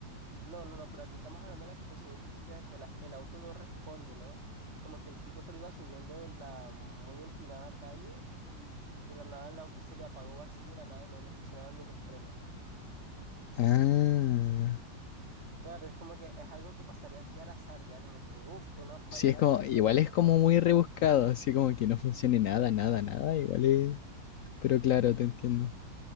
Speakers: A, on the right (about 40°); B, on the left (about 80°).
A: No, no, no, pero aquí estamos hablando de la situación hipotética de que la- el auto no responde, ¿no? Como que el tipo solo iba subiendo la muy empinada calle y de la nada el auto se le apagó así de la nada y no le funcionaban ni los frenos.
B: Ah,
A: Claro, es como que es algo que pasaría así al azar, ya como que, uff, una falla
B: sí, es
A: técnica
B: como, igual
A: del carro
B: es como muy rebuscado, así como que no funcione nada, nada, nada, igual es, pero claro, te entiendo.